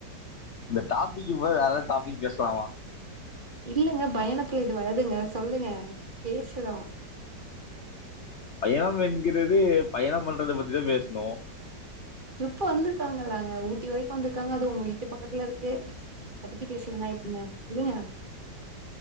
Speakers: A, on the left; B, on the right.
A: இந்த டாபிக்கு போயி வேற எதா டாபிக் பேசலாமா
B: இல்லங்க பயணத்துல இது வளதுங்க சொல்லுங்க பேசுறோ
A: பயணம் என்கிறது பயணம் பண்றத பத்திதா பேசுனு
B: இப்ப வந்துருக்காங்களாங்க ஊட்டி வரைக் ப்ப வந்துர்க்காங்க அது உங்க வீட்டு பக்கத்துல இருக்கு அத பத்தி பேசலனா எப்டிங்க சொல்லுங்க